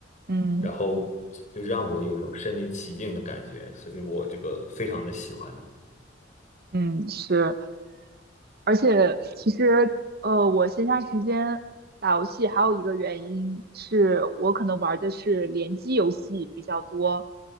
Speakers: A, on the right (about 55°); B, on the left (about 40°).
A: 嗯
B: 然后就让我有一种身临其境的感觉，所以我这个非常的喜欢。
A: 嗯是，而且其实呃，我闲暇时间打游戏还有一个原因是我可能玩的是联机游戏比较多，